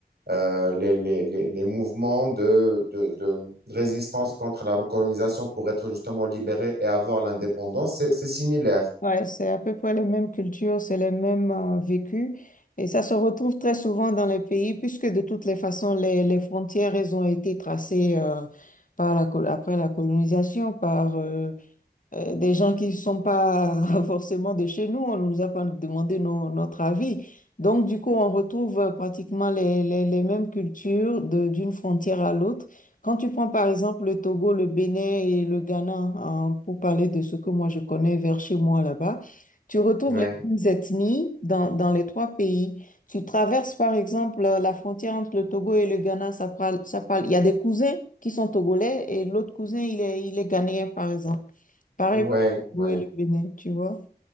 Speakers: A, on the right (about 75°); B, on the left (about 50°).
A: euh, les, les, les, les mouvements de, de, de résistance contre la colonisation pour être justement libérés et avoir l'indépendance, c'est, c'est similaire.
B: Ouais, c'est à peu près les mêmes cultures, c'est les mêmes euh, vécus. Et ça se retrouve très souvent dans les pays, puisque de toutes les façons, les, les frontières, elles ont été tracées euh, par la, col- après la colonisation, par... euh, euh, des gens qui ne sont pas <laughs> forcément de chez nous, on ne nous a pas demandé no- notre avis. Donc, du coup, on retrouve euh, pratiquement les, les- les mêmes cultures de- d'une frontière à l'autre. Quand tu prends par exemple le Togo, le Bénin et le Ghana, hein, pour parler de ce que moi je connais vers chez moi là-bas, tu retrouves
A: Oui,
B: les mêmes ethnies dans, dans les trois pays. Tu traverses par exemple euh, la frontière entre le Togo et le Ghana, ça parle, ça parle. Il y a des cousins qui sont togolais et l'autre cousin, il est, il est ghanéen par exemple. Pareil
A: oui,
B: pour
A: oui.
B: le Togo et le Bénin, tu vois?